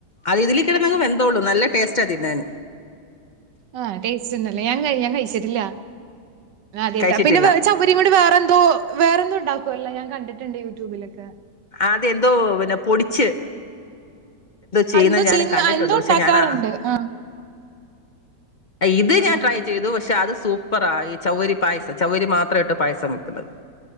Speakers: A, on the left; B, on the right.
A: അത് ഇതില് കിടന്നങ്ങ് വെന്തോളും. നല്ല ടേസ്റ്റാ തിന്നാന്.
B: ആ ടേസ്റ്റ് ഇണ്ടല്ലേ? ഞാൻ ഞാൻ കഴിച്ചിട്ടില്ലാ ആദ്യായിട്ടാ.
A: കഴിച്ചിട്ടില്ല
B: പിന്നെ വേ ചവ്വരീം കൊണ്ട് വേറെന്തോ വേറെന്തോ ഇണ്ടാ വല്ല. ഞാൻ കണ്ടിട്ട്ണ്ട് യൂട്യൂബിലൊക്കെ.
A: അതെന്തോ പിന്നെ പൊടിച്ച് ചെയ്യുന്ന
B: അ എന്തോ
A: ഞാനും
B: ചെയ്യ്ന്ന,
A: കണ്ടിട്ടുണ്ട്
B: എന്തോ
A: പക്ഷെ
B: ഇണ്ടാക്കാറ്ണ്ട്.
A: ഞാനാ
B: ആഹ്
A: ഇത്
B: ആഹ്
A: ഞാൻ ട്രൈ ചെയ്തു. പക്ഷെ അത് സ് സൂപ്പറാ ഈ ചൗവ്വരി പായസം ചൗവ്വരി മാത്രം ഇട്ട് പായസം വയ്ക്കുന്നത്